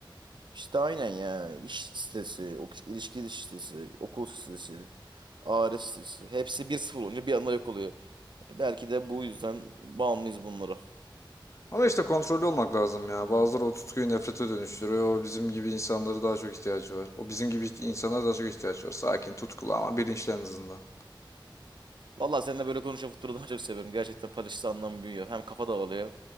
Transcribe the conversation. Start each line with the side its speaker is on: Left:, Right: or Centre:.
Right: İşte aynen ya. İş stresi, ok ilişki stresi, okul stresi, aile stresi. Hepsi bir sıfır olunca bir anda yok oluyor. E, Belki de bu yüzden bağımlıyız bunlara.
Left: Ama işte kontrollü olmak lazım ya. Bazıları o tutkuyu nefrete dönüştürüyor. O bizim gibi insanlara daha çok ihtiyacı var. O bizim gibi insanlara daha çok ihtiyaç var. Sakin, tutkulu ama bilinçli en azından.
Right: Vallahi seninle böyle konuşan futbolu daha çok seviyorum. Gerçekten paylaştığı anlam büyüyor. Hem kafa dağılıyor